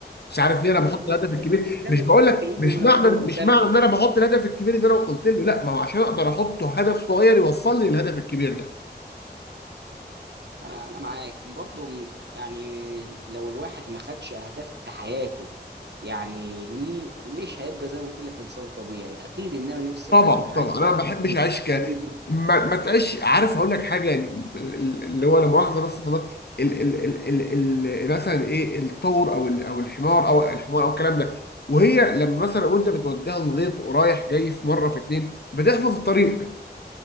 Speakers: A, on the left; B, on the right.
A: مش عارف ليه انا
B: ما
A: بحط
B: انا ما-
A: الهدف الكبير
B: زي
A: مش
B: ما
A: بقول
B: قلت لك
A: لك
B: اللي احنا
A: مش
B: هناخدها
A: معنى مش
B: تسلسل
A: معنى ان انا بحط الهدف الكبير ان انا وصلت له لا ما هو عشان اقدر احط هدف صغير يوصلني للهدف الكبير ده
B: انا انا معاك برضو م- يعني لو الواحد ما خدش اهداف في حياته يعني ليه مش هيبقى زي ما قلت لك انسان طبيعي اكيد ان انا نفسي
A: طبعا
B: احقق حاجات
A: طبعا انا
B: في حياتي
A: ما بحبش اعيش ك
B: ليا.
A: ما, ما تعيش عارف هقول لك حاجه يعني اللي هو لا مؤاخذه بس في النقطة، ال ال ال ال ال مثلا ايه الطور او ال- او الحمار او الحمار او الكلام ده وهي لما مثلا وانت بتوديها الغيط ورايح جاي في مره في اتنين بتحفظ الطريق